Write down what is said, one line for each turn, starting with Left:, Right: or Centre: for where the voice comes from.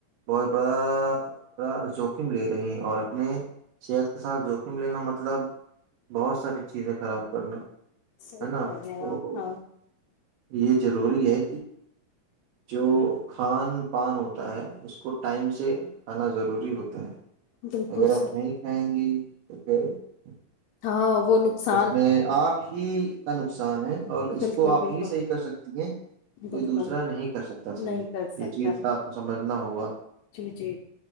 Right: بہت بہت <unintelligible> جوخم لے رہی ہیں اور اپنے صحت کے ساتھ جوخم لینا مطلب بہت ساری چیزیں خراب کرنا <unintelligible>
Left: صحیح
Right: ہے نا
Left: کہہ رہے ہیں
Right: تو
Left: آپ ہاں
Right: یہ ضروری ہے جو کھوان پان ہوتا ہے اس کو ٹائم سے کھانا ضروری ہوتا ہے
Left: بالکل
Right: اگر
Left: صحیح
Right: آپ نہیں کھائیں گی <unintelligible>
Left: ہاں وہ نقصان
Right: جس میں آپ ہی کا نقصان ان ہے اور اس
Left: بالکل
Right: کو آپ
Left: بالکل
Right: ہی صحیح کر سکتی ہیں کوئی
Left: بالکل
Right: دوسرا نہیں کر سکتا صحیح
Left: نہیں کر سکتا
Right: یہ چیز آپ کو سمجھ انا ہوگا
Left: جی جی